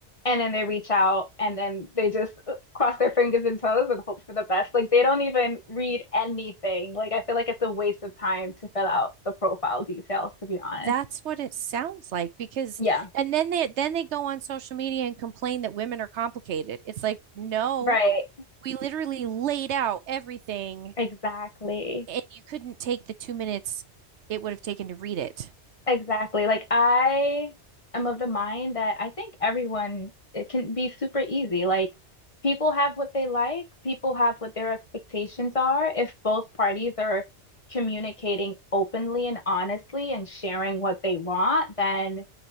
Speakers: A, on the left (about 30°); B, on the right (about 75°).
A: And then they reach out and then they just <laughs> uh, cross their fingers and toes and hope for the best. Like they don't even read anything. Like I feel like it's a waste of time to fill out the profile details, to be honest.
B: That's what it sounds like because
A: Yeah,
B: and then they then they go on social media and complain that women are complicated. It's like, no,
A: right.
B: we literally laid out everything
A: Exactly.
B: and you couldn't take the two minutes it would have taken to read it.
A: Exactly. Like I am of the mind that I think everyone it can be super easy. Like people have what they like, people have what their expectations are. If both parties are communicating openly and honestly and sharing what they want, then